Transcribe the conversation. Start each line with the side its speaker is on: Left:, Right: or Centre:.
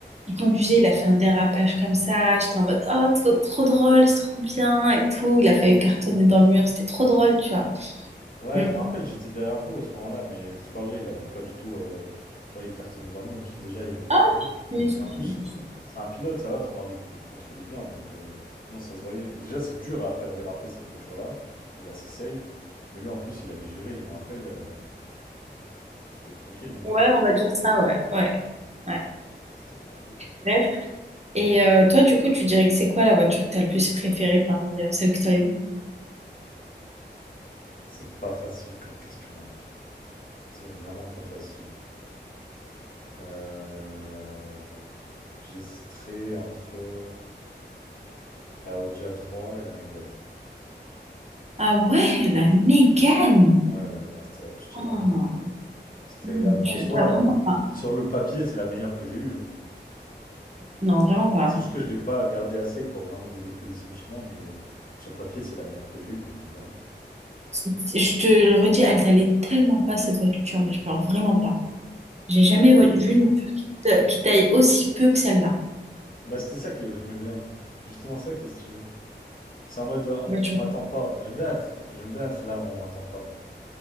Right: il conduisait, il a fait un dérapage comme ça. J'étais en mode, oh, trop, trop drôle, c'est trop bien et tout. Il a failli cartonner dans le mur, c'était trop drôle, tu vois.
Left: Ouais,
Right: Mm.
Left: je me rappelle, j'étais derrière vous à ce moment-là, mais c'est pas vrai, il avait pas du tout euh, failli cartonner dans le mur, parce que déjà, il n'y avait pas
Right: Ah,
Left: de mur.
Right: oui, si,
Left: Et en plus,
Right: si, si.
Left: c'est un pilote, ça va, ton mari, il il contrôlait bien, donc euh, non, ça se voyait. Et déjà, c'est dur à faire déraper cette voiture-là, elle est assez safe, mais lui, en plus, il avait géré, je me rappelle, euh, c'était tranquille, hein,
Right: Ouais, on va dire ça, ouais, ouais, ouais.
Left: c'était tranquille.
Right: Bref. Et euh, toi, du coup, tu dirais que c'est quoi la voiture que t'as le plus préférée parmi euh, celles que t'as eues?
Left: C'est pas facile comme question, hein. C'est vraiment pas facile. Euh... J'hésiterais entre la Audi A3 et la Mégane.
Right: Ah ouais, la Mégane!
Left: Ouais, ouais, bah c'était la plus stylée
Right: Oh,
Left: en vrai. C'était
Right: hmm,
Left: la...
Right: je,
Left: En soi,
Right: pas vraiment pas.
Left: sur le papier, c'est la meilleure que j'ai eue. hein.
Right: Non, vraiment pas.
Left: C'est juste que je l'ai pas gardée assez pour vraiment développer des sentiments, mais sur le papier, c'est la meilleure que j'ai eue, bien évidemment.
Right: C'est- Je te le redis, elle t'allait tellement pas cette voiture, mais genre vraiment pas. J'ai
Left: Euh,
Right: jamais vo- vu une voiture qui, ta- qui taille aussi peu que celle-là.
Left: Bah c'était ça que j'aimais bien. Justement ça qui est stylé. C'est en mode euh, on,
Right: Voiture.
Left: on m'attend pas. J'aime bien être, j'aime bien être là où on m'attend pas, moi.